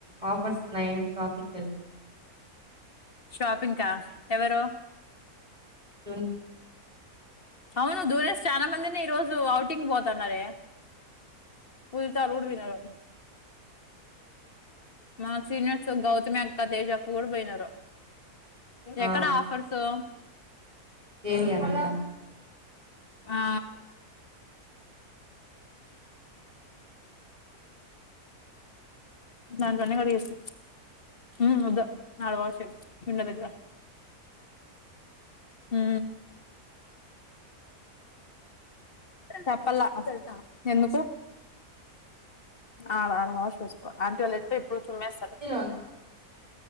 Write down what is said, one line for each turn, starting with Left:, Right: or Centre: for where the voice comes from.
Right: ఆఫర్స్ ఉన్నాయని షాపింగ్ వెళ్తున్నాము.
Left: షాపింగ్కా ఎవరు
Right: ఫె
Left: అవును దూరేసి చాలా మందిని ఈ రోజు అఔటింగ్ పోతున్నారే, పూజిత వాళ్ళు కూడా వినరు, మా సీనియర్స్ గౌతమి అక్క తేజ అక్క కూడా పోయినారు, ఎక్కడ
Right: ఆ
Left: ఆఫర్సు
Right: జేవియర్ అంట
Left: ఆ దంట్లో నే కడిగేస్తా, ఉ వద్దు నాలు భాషం విన్న దగ ఉ చెప్పలే ఎందుకు అలాను వాష్ వేసుకో ఆంటీ వాళ్ళు ఎ ఎప్పుడు చుమేస్తారు.
Right: లోన